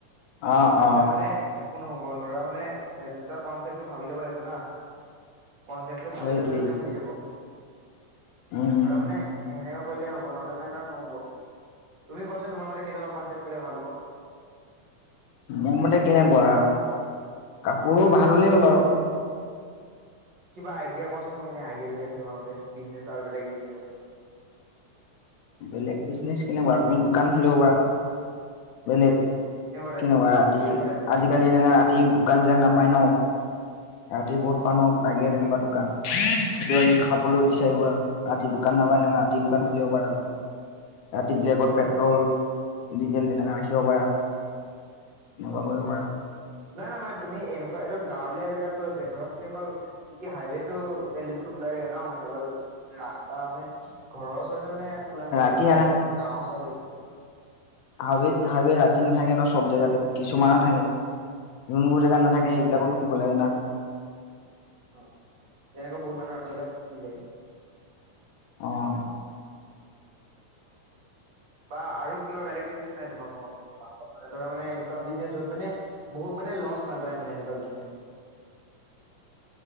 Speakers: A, on the left; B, on the right.
A: অ',
B: নহলে
A: অ',
B: মানে কোন হ'ব? ধৰা মানে এ দুটা কনচেপ্টটো ভাবি ল'ব লাগিব না। কনচেপ্টটো ভাবি
A: সেইটোৱেইটো
B: ল'লে মানে হৈ যাব।
A: উম,
B: ধৰা মানে সেনে কৰিলে হ'ব, নহলে মানে ধৰা নহ'ব। তুমি কোৱাচোন তোমাৰ মতে কেনেকুৱা কনচেপ্ট কৰিলে ভাল হ'ব।
A: মোৰ মতে কেনেকুৱা আৰু, কাপোৰো ভাল হ'লেই হ'ল আৰু।
B: কিবা আইডিয়া ক'চোন মোক এনে আই দিয়া যদি আছে তোমাৰ মতে, বিজনেছ আৰু বেলেগ বিজনেছত
A: বেলেগ বিজনেছ কেনেকুৱা, তুমি দোকান খুলিব পাৰা। বেলেগ কেনেকুৱা,
B: টাইপ দোকান
A: ৰাতি
B: কেনেকুৱা টাইপ দোকান
A: আজিকালি-
B: মানে
A: এনে ৰাতি দোকান বিলাক নাপায় ন'। ৰাতি বহুত
B: অ
A: মানুহক লাগে তেনেকুৱা দোকান। এ কিবাকিবি খাবলৈ
B: অ
A: বিচাৰিব আৰু, ৰাতি দোকান নাপায়। এনেকা ৰাতি দোকান
B: অ
A: খুলিব পৰা তুমি। ৰাতি ব্লেকত
B: অ
A: পেট্ৰল, ডিজেল তেনেকৈ ৰাখিব
B: অ
A: পাৰা। এনেকুৱা
B: অ'
A: কৰিব পাৰা।
B: নাই - নাই - নাই। তুমি এনেকুৱা এইটো গাঁৱলীয়া এলেকাত কৰিব বে ধৰা তুমি অকল কি হাইৱেটো তেল ডিপুটো খোলাই থাকে ন', মানে অকল ৰাস্তা মানে ঘৰৰ ওচৰতে মানে খোলা নাথাকে,
A: ৰাতি
B: মানে ধৰা যেনেকৈ গাওঁ-চাওঁ জেগা
A: হাইৱেত- হাইৱে ৰাতি নাথাকে ন' চব জেগাতে। কিছুমানত থাকে। যোনবোৰ জেগাত নাথাকে সেইবিলাকতো দিব লাগে না।
B: অ'। তেনেকুৱা বহুত মানুহৰ হ'লে ফছি যায়।
A: অ'।
B: বা আৰু কিবা বেলেগ বিজনেছ নাই তোমাৰ ম- মাত- মানে ধৰা মানে এনেকুৱা বিজনেছ য'ত মানে বহুত মানে লছ নাযায় মানে, এনেকুৱা বিজনেছ।